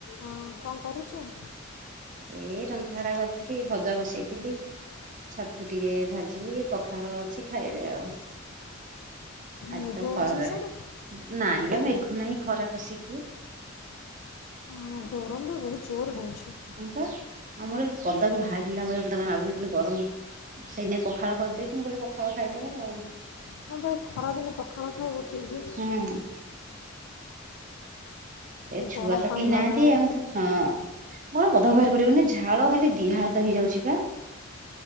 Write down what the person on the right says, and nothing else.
ଏଇ ରନ୍ଧାବଡା କରୁଥିଲି ଭଜା ବସେଇ ଥିଲି ଛତୁ ଟିକେ ଭାଜିବି ପଖାଳ ଅଛି ଖାଇବେ ଆଉ। ଆଜି
ତ
ଖରା
ନାଇଁ ବା ମେଘ ନାହିଁ ଖରା କଷିକିରି।
ହଁ ପା। ଆମର ଏ ପଦାକୁ ବାହାରିଲା ଭଳିଆ ମତେ କାଇଁ ଲାଗୁନି। ଖାଲି ଗରମ ସେଇ ନାଗି ପଖାଳ କରିଦେଇଚି। ମୁଁ କହିଲି ପ ଖାଳ ଖାଇଦବା ଆଉ।
ହୁଁ ଏ ଛୁଆ
ତ
କେହି
ନାହାନ୍ତି
ଆମେ ତ ହଁ ମୋ ପଦାକୁ ବାହାରି ପାରିବନି। ଝାଳ ଖାଲି ଦିହା ହାତ ହେଇଯାଉଚି ପା।